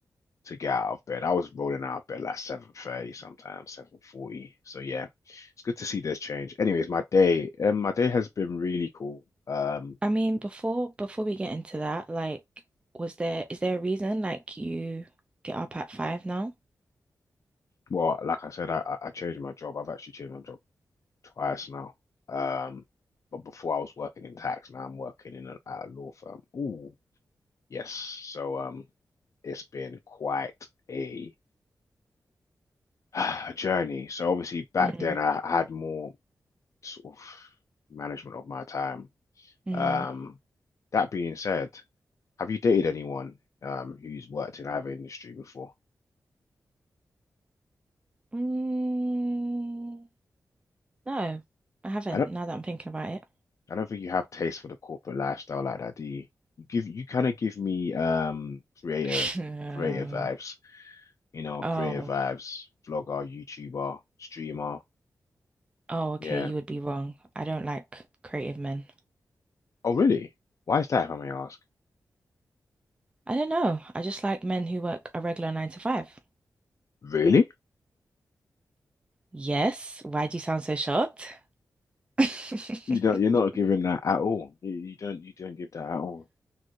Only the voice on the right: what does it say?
I mean, before before we get into that, like, was there is there a reason like you get up at five now?
Mm.
Mm.
Mm, no, I haven't,
now that I'm thinking about it.
<laughs> Uh,
oh,
oh, okay,
you would be wrong. I don't like creative men.
I don't know. I just like men who work a regular nine to five.
Yes, why do you sound so shocked? <laughs> <coughs>